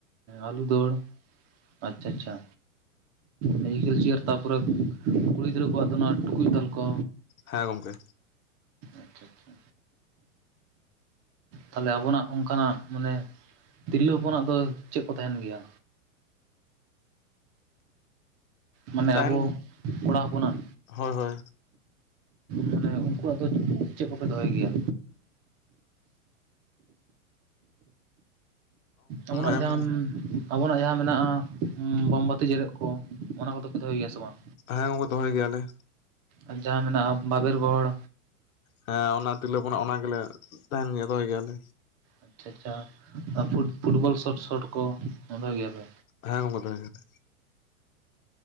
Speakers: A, on the right (about 35°); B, on the left (about 75°).
A: ᱟᱞᱩ ᱫᱟᱹᱲ, ᱟᱪᱪᱷᱟ ᱟᱪᱪᱷᱟ᱾ ᱢᱮᱡᱤᱠᱮᱞ ᱪᱮᱭᱟᱨ ᱛᱟᱯᱚᱨᱮ ᱠᱩᱲᱤ ᱜᱤᱫᱽᱨᱟᱹ ᱠᱚᱣᱟᱜ ᱫᱚ ᱱᱚᱣᱟ ᱴᱩᱠᱩᱡ ᱫᱟᱞ ᱠᱚ᱾
B: ᱦᱮᱸ ᱜᱚᱝᱠᱮ᱾
A: ᱟᱪᱪᱷᱟ ᱟᱪᱪᱷᱟ ᱛᱟᱦᱚᱞᱮ ᱟᱵᱚᱱᱟᱜ ᱚᱝᱠᱟᱱᱟᱜ ᱢᱟᱱᱮ ᱛᱤᱨᱞᱟᱹ ᱦᱚᱯᱚᱱᱟᱜ ᱫᱚ ᱪᱮᱜ ᱠᱚ ᱛᱟᱦᱮᱸᱱ ᱜᱮᱭᱟ? ᱢᱟᱱᱮ
B: ᱛᱟᱦᱮᱱ
A: ᱟᱵᱚ ᱠᱚᱲᱟ ᱦᱚᱯᱚᱱᱟᱜ?
B: ᱦᱳᱭ ᱦᱳᱭ
A: ᱢᱟᱱᱮ ᱩᱱᱠᱩᱣᱟᱜ ᱫᱚ ᱪᱮᱜ ᱠᱚᱯᱮ ᱫᱚᱦᱚᱭ ᱜᱮᱭᱟ? ᱟᱵᱚᱱᱟᱜ
B: ᱮᱢ
A: ᱡᱟᱦᱟᱸ <unintelligible> ᱟᱵᱚᱱᱟᱜ ᱡᱟᱦᱟᱸ ᱢᱮᱱᱟᱜᱼᱟ ᱵᱚᱢᱵᱟᱛᱤ ᱡᱮᱨᱮᱫ ᱠᱚ ᱚᱱᱟ ᱠᱚᱫᱚ ᱯᱮ ᱫᱚᱦᱚᱭ ᱜᱮᱭᱟ ᱥᱮ ᱵᱟᱝ?
B: ᱦᱮᱸ ᱜᱚᱝᱠᱮ ᱫᱚᱦᱚᱭ ᱜᱮᱭᱟᱞᱮ᱾
A: ᱟᱨ ᱡᱟᱦᱟᱸ ᱢᱮᱱᱟᱜᱼᱟ ᱵᱟᱵᱮᱨ ᱜᱚᱦᱚᱲ᱾
B: ᱦᱮᱸ ᱚᱱᱟ ᱛᱤᱨᱞᱟᱹᱯᱚᱱᱟᱜ ᱚᱱᱟ ᱜᱮᱞᱮ ᱛᱟᱦᱮᱱ ᱜᱮᱭᱟ ᱫᱚᱦᱚᱭ ᱜᱮᱭᱟᱞᱮ᱾
A: ᱟᱪᱪᱷᱟ ᱟᱪᱪᱷᱟ ᱟ ᱯᱷᱩᱴᱵᱚᱞ ᱥᱚᱴ ᱥᱚᱴ ᱠᱚ ᱫᱚᱦᱚᱭ ᱜᱮᱭᱟᱯᱮ?
B: ᱦᱮᱸ ᱜᱚᱝᱠᱮ ᱫᱚᱦᱚᱭ ᱜᱮᱭᱟ ᱞᱮ᱾